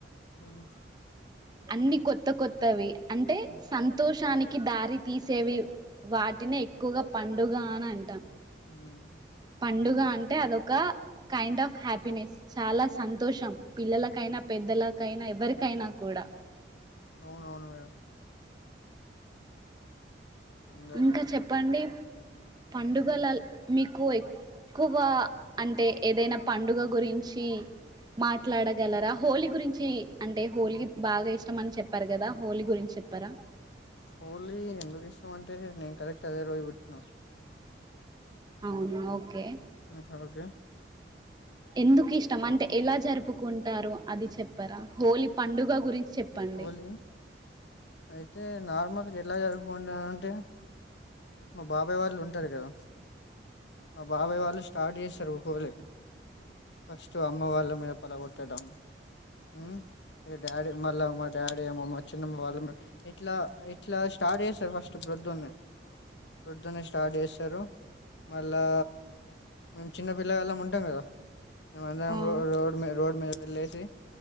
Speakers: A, on the left (about 70°); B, on the right (about 25°).
A: మ్మ్
B: అన్ని కొత్త కొత్తవి అంటే
A: ఉమ్
B: సంతోషానికి కి దారి తీసేవి వాటిని ఎక్కువగా పండుగ అని అంటాం
A: హ్మ్మ్
B: పండుగ అంటే అదో క కైండ్ ఆఫ్ హ్యాపీనెస్ చాలా సంతోషం పిల్లలకైనా పెద్దల కైన ఎవరికైనా కూడా
A: అవునవును మేడం అందరూ
B: ఇంకా చెప్పండి పండుగలాల్ మీకు ఎక్కువా అంటే ఏదైనా పండగ గురించి మాట్లాడగలరా హోలీ గురించి అంటే హోలీ బాగా ఇష్టమని చెప్పరుగా అంటే హోలీ గురించి చెప్పరా
A: హోలీ ఎందుకు ఇష్టం అంటే నేను కరెక్ట్ అదే రోజు పుట్నా
B: అవునా ఓకే
A: ఒకే ఓకె
B: ఎందుకు ఇష్టం అంటే ఎలా జరుపుకుంటారు అది చెప్పరా హోలీ పండుగ గురించి చెప్పండి
A: హోలీ అయితే నార్మల్ మీరు ఎలా జరుపుకుంటారంటే మా బాబాయ్ వాళ్ళు ఉంటారు కదా మా బాబాయ్ వాళ్ళు స్టార్ట్ చేస్తారు హోలీ ఫస్ట్ అమ్మ వాళ్ళ మీద పొలగొట్టడం మ్మ్ ఇక డాడీ మల్ల మా డాడీ అమ్మమ్మ చిన్నమ్మ వాళ్ళ ఇట్లా ఇట్లా స్టార్ట్ చేస్తారు ఫస్ట్ ప్రొద్దునే ప్రొద్దునే స్టార్ట్ చేస్తారు మళ్ళా మేము చిన్నపిల్లలం ఉంటాం కదా మేము అందరం
B: ఆ
A: రో రోడ్డు మీద రోడ్డుమీద వెళ్లేేసి